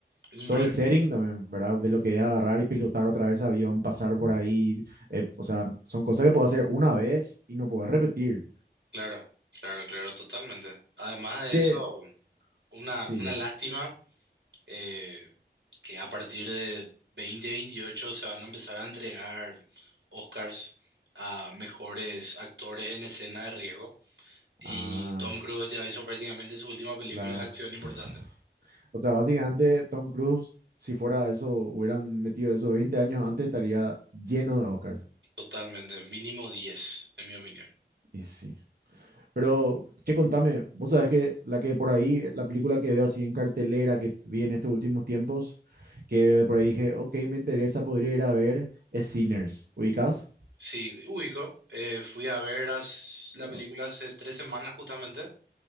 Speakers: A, on the right; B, on the right.
A: Impresionante.
B: Todo el setting también, ¿verdad? De lo que es agarrar y pilotar otra vez avión, pasar por ahí. eh, o sea, son cosas que puedo hacer una vez y no poder repetir.
A: Claro, claro, claro, totalmente. Además de
B: Che,
A: eso, una,
B: sí,
A: una
B: es.
A: lástima eh, que a partir de 2028 se van a empezar a entregar Oscars a mejores actores en escena de riesgo. Y
B: Ah.
A: Tom Cruise ya hizo prácticamente su última película
B: Claro.
A: de acción
B: <tsk>
A: importante.
B: O sea, básicamente Tom Cruise, si fuera eso, hubieran metido eso 20 años antes, estaría lleno de Oscars.
A: Totalmente, mínimo 10, en mi opinión.
B: Y sí. Pero, che, contame, vos sabés que la que por ahí, la película que veo así en cartelera que vi en estos últimos tiempos, que de por ahí dije, ok, me interesa, podría ir a ver, es Sinners. ¿Ubicás?
A: Sí, ubico. eh, fui a ver as- la película
B: O-
A: hace tres semanas justamente